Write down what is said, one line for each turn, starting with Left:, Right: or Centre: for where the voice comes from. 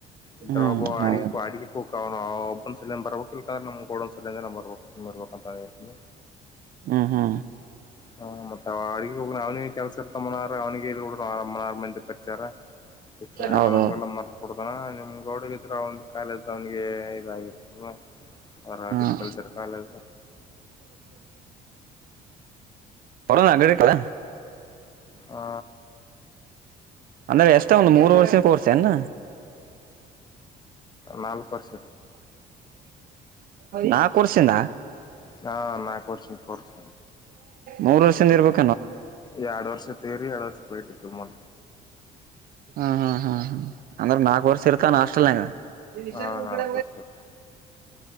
Left: ಇದ್ರ
Right: ಹ್ಮ್
Left: ಒಬ್ಬ
Right: ಹೌದು
Left: ಅಡ ಅಡ ಕೂ ನಾವವು ಒಬನ ಸಲಂದ ಬರ್ಬೇಕು ಇಲ್ಕಂದ್ರೆ ನಮ್ಮ ಗೋಡನ್ ಸಲಂದ್ರ ನ ಬರ್ಬೇಕು ಉಮರು ಬಕ ತಳತೀ
Right: ಹ್ಮ್ ಹ್ಮ್
Left: ಹ ಮತ್ತೆ ಅವಳಗ ಹೋಗನ ಅವನಿಗೆ ಕೆಲ್ಸ ಇರ್ತ ಮನಾರ ಅವನಿಗೆ ಪ್ರಚಾರ ಎಷ್ಟಲ್ಲ
Right: ಹೌದು
Left: ನಮಗೆಲ್ಲ ಮಾರ್ತ ಕೊಡುತ್ತೆ ನಿಮ್ ಗೌಡಗ ಇದ್ರ ಒಂದು ಕಾಲಲ್ ಅವನಿಗೆ ಇದಾಗಿರ್ತ್ತಲ್ ಅವ ಆಗ್ರಿಕಲ್ಚರ್
Right: ಹ್ಮ್
Left: ಕಾಲೇಜ
Right: ಹೊರ ಕಲ
Left: ಹ
Right: ಅಂದ್ರೆ ಎಷ್ಟ ಒಂದು ಮೂರ್ ವರ್ಷ ಕೋರ್ಸ ನ್ನ
Left: ನಾಲ್ಕು ವರ್ಷ
Right: ನಾಲ್ಕು ವರ್ಷಿಂದ
Left: ಹಾ ನಾ ಕೊರ್ಚ ಕೊರ್ತ
Right: ಮೂರುರ್ಷಿಂದ ಇಬೇಕು
Left: ಎರಡ್ ವರ್ಷ ತೇರರಿ ಎರಡ್ ವರ್ಷ ಬೇಟ ಮ
Right: ಹ್ಮ್ ಹ್ಮ್ ಹ್ಮ್ ಹ್ಮ್ ಅಂದ್ರೆ ನಾಕಕ್ ವರ್ಷ ಇರ್ತಾಸ್ಟಲ್ನಂಗ ನಿಶಂತ
Left: ಹಾ
Right: ಮುಗಡ
Left: ನಾಲ್ಕು ವರ್ಷ ಇರ್ತ